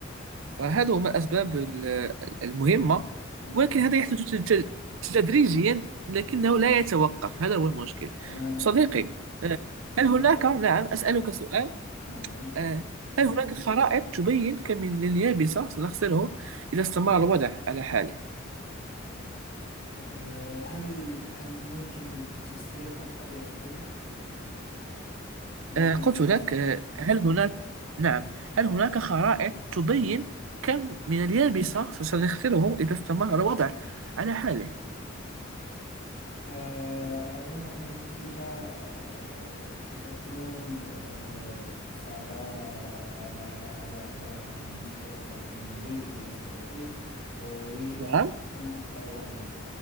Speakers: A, on the right; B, on the left.
A: فهذا هما الأسباب ال- المهمة
B: تماما
A: ولكن هذا يحدث تد- تدريجيا لكنه لا يتوقف هذا هو المشكل
B: تماما
A: صديقي
B: يا أخي
A: آه،
B: فالمحيط
A: هل هناك نعم أسألك سؤال
B: مرحبا
A: آه، هل هناك خرائط تبين كم من اليابسة سنخسره إذا استمر الوضع على حاله
B: آه، هل هل ممكن تفسير أكثر يا صديقي؟ ما
A: آه،
B: فهمت
A: قلت
B: قصدك
A: لك آه، هل هناك نعم هل هناك خرائط تبين كم من اليابسة سنخسره إذا استمر الوضع على حاله
B: آه، أظن أن النتيجة آه، ستكون آه، صعبة على على على على على المستوى الط- البيئي يا صديقي و- ويجب
A: نعم
B: أن نكون أكثر وعيا ف-